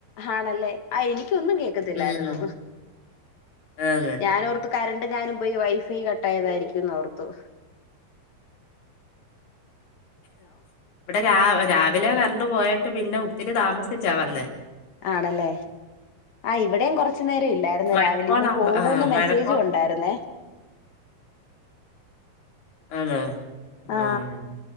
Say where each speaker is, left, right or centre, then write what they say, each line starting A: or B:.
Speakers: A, on the left (about 55°); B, on the left (about 85°).
A: ആണല്ലേ ആഹ് എനിക്കൊന്നും കേൾക്കത്തില്ലായിരുന്നു
B: ഉം. ആന്ന്.
A: ഞാനോർത്ത് കറണ്ട്ങ്നും പോയി വൈഫൈ കട്ടായതായിരിക്കുന്നോർത്ത്
B: ഇവിടെ രാ രാവിലെ കറണ്ട് പോയിട്ട് പിന്നെ ഒത്തിരി താമസ സിച്ച വന്നെ
A: ആണല്ലേ ആഹ് ഇവിടെയും കൊറച്ചു നേരം ഇല്ലായിരുന്നു
B: മഴക്കോളാകുമ്പോ
A: രാവിലെ ഇന്ന് പോകൂന്ന്
B: ആഹ്
A: മെസ്സേജും
B: മഴക്കോൾ
A: ഉണ്ടായിരുന്നേ
B: ആന്നോ?
A: ആ
B: ആഹ്.